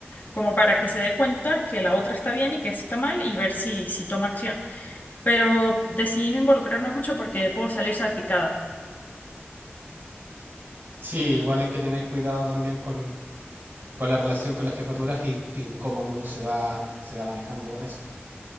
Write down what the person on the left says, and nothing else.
como para que se dé cuenta que la otra está bien y que esta está mal y ver si, si toma acción pero decidí no involucrarme mucho porque puedo salir salpicada.